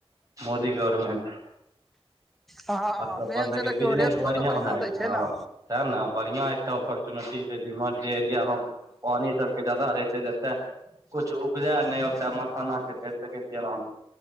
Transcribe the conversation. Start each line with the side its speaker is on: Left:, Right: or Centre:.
Right: मोदी गवर्मेंट
Centre: हँ
Right: आब तऽ अपन
Centre: मेन
Right: सबके
Centre: छै देखियौ
Right: बिजनेस
Centre: रेटो
Right: बढ़िआं
Centre: तऽ बढ़िया
Right: भए गेल
Centre: दै छै
Right: हँ
Centre: ने
Right: ते ने बढ़िया एकटा ऑपर्चुनिटी छै रिमोट जे एरिया मे पानि सबके जादा रहे छै तऽ कुछ उपजा नहि ओत मखाना के कर सकै छियै आराम